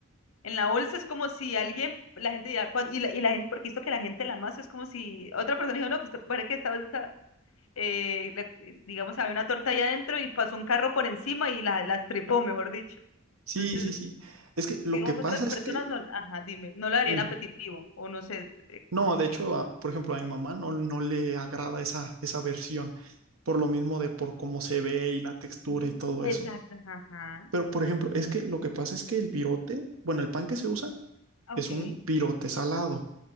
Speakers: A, on the left; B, on the right.
A: En la bolsa es como si alguien, la gente dirá, cuan- y la, y la gente, porque esto que la gente la masa es como si otra persona dijo, no, pues te parece que esta bolsa, eh, la- eh, digamos, había una torta ahí adentro y pasó un carro por encima y la, la estripó mejor dicho.
B: sí,
A: Entonces,
B: sí, sí. Es que lo
A: digamos,
B: que pasa
A: otras
B: es
A: personas
B: que,
A: no, ajá, dime, no la harían
B: mira,
A: apetitivo, o no sé, eh,
B: no, de hecho,
A: qué-
B: a- por ejemplo, a mi mamá no, no le agrada esa, esa versión, por lo mismo de por cómo se ve y la textura
A: Ajá.
B: y todo
A: Exacto,
B: eso.
A: ajá, ajá.
B: Pero, por ejemplo, es que lo que pasa es que el virote, bueno, el pan que se usa
A: ok,
B: es un virote salado.